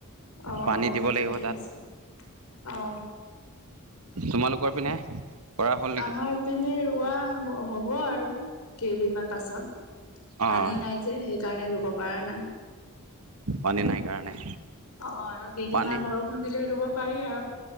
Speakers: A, on the left; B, on the right.
A: আহ
B: পানী
A: আহ
B: দিব
A: ঠিকেই
B: লাগিব তাত
A: আছে আহ।
B: তোমালোকৰ পিনে। কৰা হ'ল নেকি
A: আমাৰ পিনে ৰোৱা হ'ব আৰু কেইদিনমান পাছত।
B: অঁ
A: পানী নাই যে সেইকাৰণে ৰুব পৰা নাই।
B: পানী নাই কাৰণে।
A: অহঁ আৰু কেইদিনমান
B: পানী
A: বৰষুণ দিলে ৰুব পাৰি আৰু।